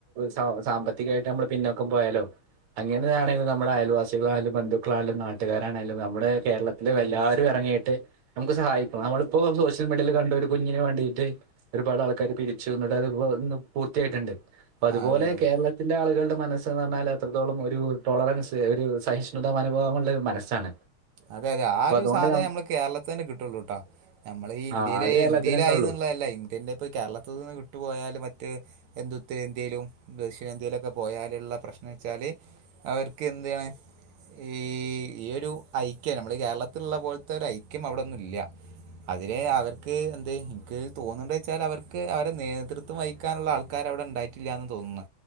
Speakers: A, on the right (about 70°); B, on the right (about 80°).
A: സ സാമ്പത്തികായിട്ട് നമ്മള് പിന്നോക്കം പോയാലും അങ്ങനെയാണെങ്കും നമ്മളെ അയൽവാസികളായാലും ബന്ധുക്കളായലും നാട്ടുകാരാണേലും നമ്മുടെ കേരളത്തില് എല്ലാ രും എറങ്ങിയിട്ട് നമുക്ക് സഹായിക്കും നമ്മളിപ്പോ സോഷ്യൽ മീഡിയെല് കണ്ട് ഒരു കുഞ്ഞിന് വേണ്ടീട്ട്- ഒരുപാട് ആൾക്കാര് പിരിച്ചു ഇന്നെട്ടത് പൂർത്തിയായിട്ടുണ്ട് അപ്പതുപോലെ
B: ആ അതെ അതെ
A: കേരള ത്തിന്റെ ആളുകൾടെ മനസ്സ്ന്ന് പറഞ്ഞാല് അത്രത്തോളം ഒരു ടോളറൻസ് ഒരു സഹിഷ്ണുതാ മനോഭാവുള്ളൊരു മനസ്സാണ്
B: അതെ അതെ ആ
A: അപ്പൊ
B: ഒരു
A: അതുകൊണ്ട്
B: സാധനം
A: ന
B: നമ്മള് കേരളത്തിലെന്നെ കിട്ടൊള്ളൂട്ടാ ഞമ്മളെ ഈ
A: ആഹ്
B: ഇന്ത്യയിലെ
A: അത് കേരളത്തിലെന്നെ
B: ഇന്ത്യയിലായിന്ന്ള്ളല്ല
A: ഒള്ളു.
B: ഇന്ത്യന്റെ ഇപ്പോ ഈ കേരളത്തി നിന്ന് വിട്ടുപോയാല് മറ്റെ ത് ഉത്തരേന്ത്യയിലും ദക്ഷിണേന്ത്യയിലൊക്കെ പോയാല്ള്ള പ്രശ്നെച്ചാല് അവർക്ക് എന്താണ് ഈ ഇയൊരു ഐക്യം നമ്മളീ കേരളത്തില്ള്ള പോലത്തെ ഒരു ഐക്യം അവിടെ ന്നുല്ല്യ അതിന് അവർക്ക് എന്ത് ഇൻക്ക് തോന്നുന്നേച്ചാൽ അവർ ക്ക് അവരെ നേതൃത്വം വഹിക്കാനുള്ള ആൾക്കാ ര് അവ്ടെ ഇണ്ടായിട്ടില്ലാന്ന് തോന്ന്ന്ന്